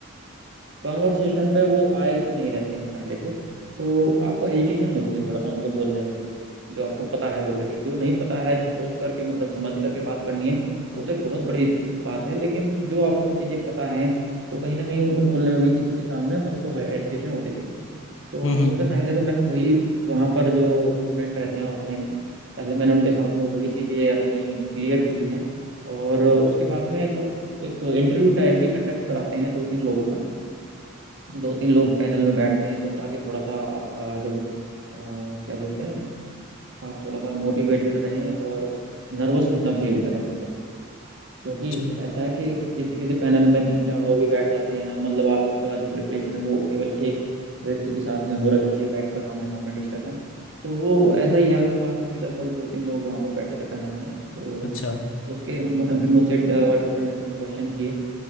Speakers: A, on the right; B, on the left.
A: कॉन्वर्सेशन में वो आए नहीं रहते हैं पहले से तो आपको हेजिटेशन होती है थोड़ा सा उनको बोलने में भी जो आपको पता है ऑलरेडी जो नहीं पता है जो सोच करके मतलब समझ करके बात करनी है वो तो एक बहुत बड़ी बात है लेकिन जो आपको वो चीज़ें पता है तो कहीं ना कहीं उनको बोलने में भी किसी के सामने मुझको हेजिटेशन होती थी तो
B: हम्म
A: सबसे
B: हम्म,
A: पहले तो मैंने वही वहाँ पर जो स्टूडेंट रहते हैं ऑफलाइन में पहले मैंने उनके साथ में वही चीज़ें अपनी क्लियर की हैं और उसके बाद में वो एक इंटरव्यू टाइप भी कंडक्ट कराते हैं दो तीन लोगों का दो तीन लोग पैनल में बैठते हैं तो ताकि थोड़ा सा आपका जो अ, क्या बोलते हैं आप थोड़ा सा मोटिवेटेड रहें और नर्वस ना फील करें वहाँ पे क्योंकि
B: अच्छा
A: ऐसा है कि किसी किसी पैनल में तीन चार लोग भी बैठ जाते हैं और मतलब आपका जो प्रिपरेशन है वो केवल एक व्यक्ति के साथ में हो रखी है बैठकर आमने सामने डिस्कशन तो वो ऐसा ही है उनके पास में भी लगभग दो तीन लोग वहाँ पर बैठे थे पैनल में तो
B: अच्छा
A: उसके उन्होंने फिर मुझसे डिफरेंट डिफरेंट क्वेश्चन किए